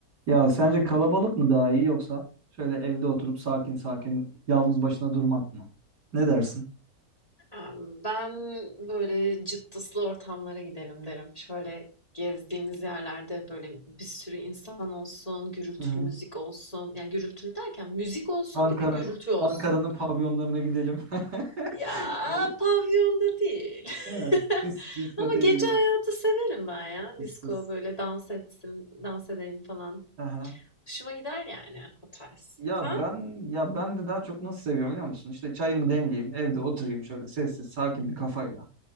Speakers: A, on the right; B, on the left.
A: Ya sence kalabalık mı daha iyi yoksa şöyle evde oturup sakin sakin yalnız başına durmak mı? Ne dersin?
B: Emm, ben böyle cıptıslı ortamlara gidelim derim. Şöyle gezdiğimiz yerlerde böyle bir sürü insan olsun, gürültülü
A: Hı hı.
B: müzik olsun. Yani gürültülü derken müzik olsun
A: Ankara,
B: bir de gürültü olsun.
A: Ankara'nın pavyonlarına gidelim. <laughs>
B: Ya,
A: Böyle
B: pavyonda değil. <laughs>
A: he, dis, diskoteye
B: Ama gece
A: gidelim.
B: hayatı severim ben ya.
A: Tıs
B: Disko
A: tıs.
B: böyle dans etsin, dans edelim falan.
A: Aha.
B: Hoşuma gider yani o tarz.
A: Ya
B: Sen?
A: ben ya ben de daha çok nasıl seviyorum biliyor musun? İşte çayımı demleyeyim, evde oturayım şöyle sessiz, sakin bir kafayla.